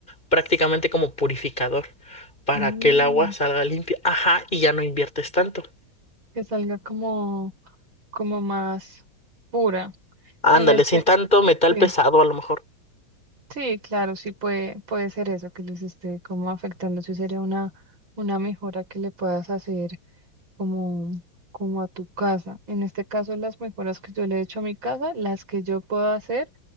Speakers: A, on the left (about 25°); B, on the right (about 70°).
A: prácticamente como purificador para
B: Mm,
A: que el agua salga limpia, ajá, y ya no inviertes tanto.
B: que salga como, como más pura.
A: Ándale,
B: En este,
A: sin tanto metal
B: sí,
A: pesado a lo mejor.
B: sí, claro, sí puede, puede ser eso que les esté como afectando. Sí sería una, una mejora que le puedas hacer como, como a tu casa. En este caso, las mejoras que yo le he hecho a mi casa, las que yo puedo hacer